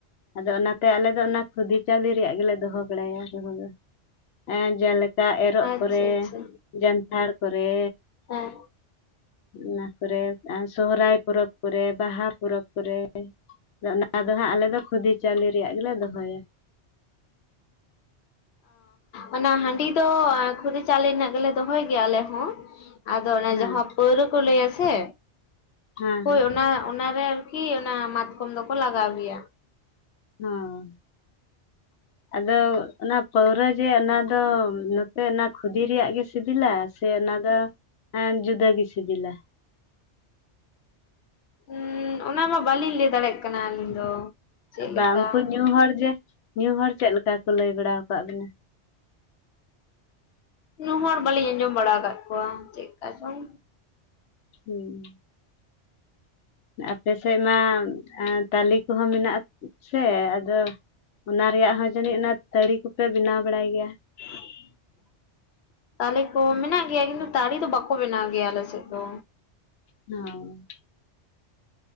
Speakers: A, on the left; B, on the left.
A: ᱟᱫᱚ ᱚᱱᱟᱛᱮ ᱟᱞᱮ ᱫᱚ ᱚᱱᱟ ᱠᱷᱩᱫᱤ ᱪᱟᱣᱞᱤ ᱨᱮᱭᱟᱜ ᱜᱮᱞᱮ ᱫᱚᱦᱚ ᱵᱟᱲᱟᱭᱟ ᱫᱚᱦᱚ ᱫᱚ᱾ ᱮᱸ ᱡᱮᱞᱮᱠᱟ ᱮᱨᱚᱜ
B: ᱟᱪᱪᱷᱟ
A: ᱠᱚᱨᱮ
B: ᱟᱪᱪᱷᱟ
A: ᱡᱟᱱᱛᱷᱟᱲ ᱠᱚᱨᱮ,
B: ᱦᱮᱸ,
A: ᱚᱱᱟ ᱠᱚᱨᱮ ᱥᱚᱦᱨᱟᱭ ᱯᱚᱨᱚᱵᱽ ᱠᱚᱨᱮ ᱵᱟᱦᱟ ᱯᱚᱨᱚᱵᱽ ᱠᱚᱨᱮ᱾ ᱟᱫᱚ ᱚᱱᱟ ᱫᱚ ᱦᱟᱸᱜ ᱟᱞᱮ ᱫᱚ ᱠᱷᱩᱫᱤ ᱪᱟᱣᱞᱮ ᱨᱮᱭᱟᱜ ᱜᱮᱞᱮ ᱫᱚᱦᱚᱭᱟ᱾
B: ᱚᱱᱟ ᱦᱟᱺᱰᱤ ᱫᱚ ᱠᱷᱩᱫᱤ ᱪᱟᱣᱞᱮ ᱨᱮᱱᱟᱜ ᱜᱮᱞᱮ ᱫᱚᱦᱚᱭ ᱜᱮᱭᱟ ᱟᱞᱮ ᱦᱚᱸ, ᱟᱫᱚ ᱚᱱᱮ
A: ᱦᱮᱸ
B: ᱡᱟᱦᱟᱸ ᱯᱟᱹᱣᱨᱟᱹ ᱠᱚ ᱞᱟᱹᱭᱟ ᱥᱮ,
A: ᱦᱮᱸ
B: ᱦᱳᱭ
A: ᱦᱮᱸ
B: ᱚᱱᱟ ᱚᱱᱟᱨᱮ ᱟᱨᱠᱤ ᱚᱱᱟ ᱢᱟᱛᱠᱚᱢ ᱫᱚᱠᱚ ᱞᱟᱜᱟᱣ ᱜᱮᱭᱟ᱾
A: ᱦᱚᱸ ᱟᱫᱚ ᱚᱱᱟ ᱯᱟᱹᱣᱨᱟᱹ ᱡᱮ ᱚᱱᱟ ᱫᱚ ᱱᱚᱛᱮ ᱚᱱᱟ ᱠᱷᱚᱫᱤ ᱨᱮᱭᱟᱜ ᱜᱮ ᱥᱤᱵᱤᱞᱟ ᱥᱮ ᱚᱱᱟ ᱫᱚ ᱡᱩᱫᱟᱹ ᱜᱤ ᱥᱤᱵᱤᱞᱟ?
B: ᱦᱩᱸ ᱚᱱᱟ ᱢᱟ ᱵᱟᱞᱤᱧ ᱞᱟᱹᱭ ᱫᱟᱲᱮᱭᱟᱜ ᱠᱟᱱᱟ ᱟᱹᱞᱤᱧ ᱫᱚ᱾ ᱪᱮᱫ ᱞᱮᱠᱟ
A: ᱵᱟᱝ ᱩᱱᱠᱩ ᱧᱩ ᱦᱚᱲ ᱡᱮ ᱧᱩ ᱦᱚᱲ ᱪᱮᱜ ᱞᱮᱠᱟ ᱠᱚ ᱞᱟᱹᱭ ᱵᱟᱲᱟ ᱠᱟᱜ ᱵᱮᱱᱟ?
B: ᱧᱩ ᱦᱚᱲ ᱵᱟᱹᱞᱤᱧ ᱟᱸᱡᱚᱢ ᱵᱟᱲᱟ ᱟᱠᱟᱜ ᱠᱚᱣᱟ ᱪᱮᱫ ᱞᱮᱠᱟ ᱪᱚᱝ᱾
A: ᱦᱩᱸ, ᱟᱯᱮ ᱥᱮᱜ ᱢᱟ ᱛᱟᱞᱤ ᱠᱚᱦᱚᱸ ᱢᱮᱱᱟᱜᱼᱟ ᱥᱮ ᱟᱫᱚ, ᱚᱱᱟ ᱨᱮᱭᱟᱜ ᱦᱚᱸ ᱡᱟᱹᱱᱤᱡ ᱚᱱᱟ ᱛᱟᱹᱲᱤ ᱠᱚᱯᱮ ᱵᱮᱱᱟᱣ ᱵᱟᱲᱟᱭ ᱜᱮᱭᱟ᱾
B: <inaudible> ᱛᱟᱞᱮ ᱠᱚ ᱢᱮᱱᱟᱜ ᱜᱮᱭᱟ ᱠᱤᱱᱛᱩ ᱛᱟᱲᱤ ᱫᱚ ᱵᱟᱠᱚ ᱵᱮᱱᱟᱣ ᱜᱮᱭᱟ ᱟᱞᱮ ᱥᱮᱜ ᱫᱚ᱾
A: ᱦᱚᱸ,